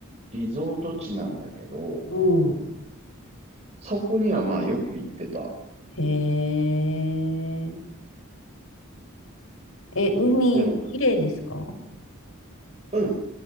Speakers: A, on the right (about 35°); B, on the left (about 80°).
A: リゾート地なんだけど、
B: うん。
A: そこにはまあよく行ってた。
B: へえ。え、海、
A: でも、
B: 綺麗ですか
A: うん、